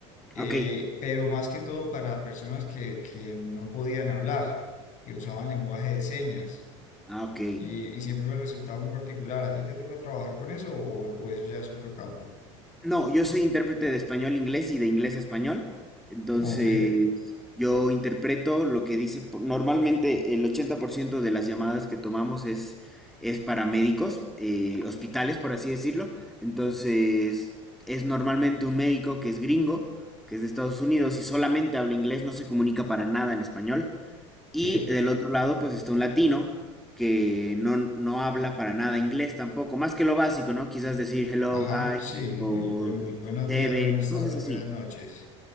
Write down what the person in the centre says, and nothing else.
ok,
ah, ok.
No, yo soy intérprete de español a inglés y de inglés a español, entonces
yo interpreto lo que dice, po- normalmente el 80% de las llamadas que tomamos es, es para médicos, eh, hospitales, por así decirlo, entonces es normalmente un médico que es gringo, que es de Estados Unidos y solamente habla inglés, no se comunica para nada en español. Y
del otro lado, pues está un latino que no, no habla para nada inglés tampoco, más que lo básico, ¿no? Quizás decir hello,
hi,
o
seven,
cosas
así.